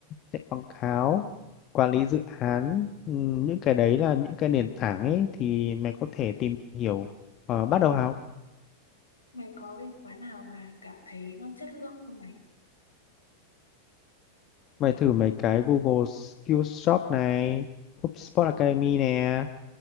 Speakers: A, on the left; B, on the left.
A: chạy quảng cáo, quản lý dự án, ừm, những cái đấy là những cái nền tảng ấy thì mày có thể tìm hiểu và bắt đầu học.
B: Mày có cái khóa nào mà cảm thấy nó chất lượng không mày?
A: Mày thử mấy cái Google Skills Shop này, HubSpot Academy nè,